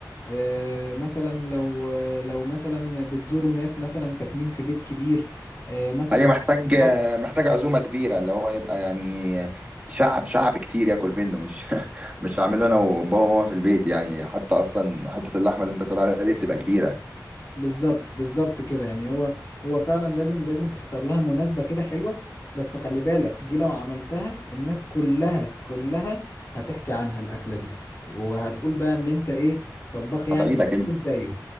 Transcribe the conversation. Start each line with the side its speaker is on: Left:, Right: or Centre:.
Left: آه، مثلا لو لو مثلا بتزوروا ناس مثلا ساكنين في بيت كبير آه، مثلا
Right: هي محتاج
Left: في السطح.
Right: محتاج عزومة كبيرة اللي هو يبقى يعني شعب شعب كتير ياكل منه مش <laughs> مش هعمله انا وبابا وماما في البيت يعني حتى اصلا حتة اللحمة اللي انت بتقول عليها دي بتبقى كبيرة
Left: بالظبط بالظبط كده يعني هو هو فعلا لازم لازم تختار لها مناسبة كده حلوة بس خلي بالك دي لو عملتها الناس كلها كلها هتحكي عنها الأكلة دي وهتقول بقى إن أنت إيه طباخ يعني
Right: هدعي
Left: بتاكل
Right: لك انت
Left: زيه